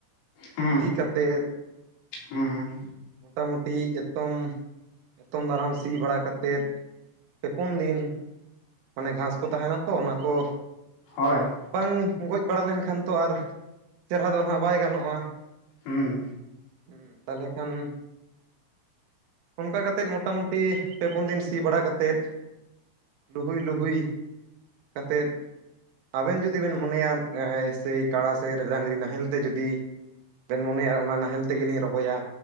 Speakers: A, on the left; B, on the right.
A: ᱦᱩᱸ
B: ᱥᱤ ᱠᱟᱛᱮᱫ
A: ᱦᱩᱸ
B: ᱢᱚᱴᱟᱢᱩᱴᱤ ᱮᱛᱚᱢ, ᱮᱛᱚᱢ ᱫᱟᱨᱟᱢ ᱥᱤ ᱵᱟᱲᱟ ᱠᱟᱛ- ᱛᱮᱫ ᱯᱮ ᱯᱩᱱ ᱫᱤᱱ ᱢᱟᱱᱮ ᱜᱷᱟᱸᱥ ᱠᱚ ᱛᱟᱦᱮᱱᱟ ᱛᱚ ᱚᱱᱟ ᱠᱚ
A: ᱦᱳᱭ
B: ᱵᱟᱝ ᱜᱚᱡ ᱵᱟᱲᱟ ᱞᱮᱱᱠᱷᱟᱱ ᱛᱚ ᱟᱨ ᱪᱮᱨᱦᱨᱟ ᱫᱚ ᱦᱟᱜ ᱵᱟᱭ ᱜᱟᱱᱚᱜᱼᱟ
A: ᱦᱩᱸ
B: ᱦᱮᱸ ᱛᱟᱦᱞᱮ ᱠᱷᱟᱱ ᱚᱱᱠᱟ ᱠᱟᱛᱮᱫ ᱢᱚᱴᱟᱢᱩᱴᱤ ᱯᱮ ᱯᱩᱱ ᱫᱤᱱ ᱥᱤ ᱵᱟᱲᱟ ᱠᱟᱛᱮᱫ ᱞᱩᱦᱩᱭ ᱞᱩᱦᱩᱭ ᱠᱟᱛᱮᱫ ᱟᱵᱮᱱ ᱡᱩᱫᱤ ᱵᱮᱱ ᱢᱚᱱᱮᱭᱟ ᱮᱸ ᱥᱮᱭ ᱠᱟᱲᱟ ᱥᱮ ᱰᱟᱹᱝᱨᱤ ᱱᱟᱦᱮᱞ ᱛᱮ ᱡᱩᱫᱤ ᱵᱮᱱ ᱢᱚᱱᱮᱭᱟ ᱚᱱᱟ ᱱᱟᱦᱮᱞ ᱛᱮᱜᱮᱞᱤᱧ ᱨᱚᱦᱚᱭᱟ